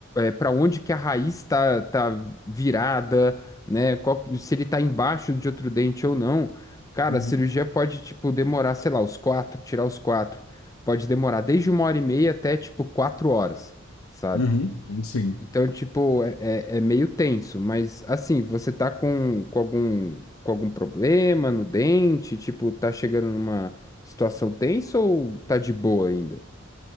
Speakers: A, on the left (about 15°); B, on the left (about 85°).
A: para onde que a raiz está tá tá virada, né, qual- se ele está embaixo de outro dente ou não, cara,
B: uhum.
A: a cirurgia pode, tipo, demorar, sei lá, os quatro, tirar os quatro, pode demorar desde uma hora e meia até, tipo, quatro horas, sabe?
B: Uhum, sim.
A: Então, tipo, é, é é meio tenso, mas assim, você tá com, com algum, com algum problema no dente, tipo, tá chegando numa situação tensa ou tá de boa ainda?